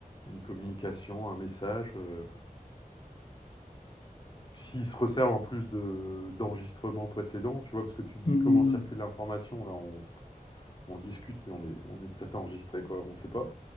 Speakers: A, on the left (about 30°); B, on the left (about 50°).
A: une communication, un message. euh, s'ils se resservent en plus de d'enregistrements précédents, tu vois, parce que tu te dis
B: Mm, mm,
A: comment circule
B: mm.
A: l'information, là on, on discute, mais on est, on est peut-être enregistré, quoi, on ne sait pas.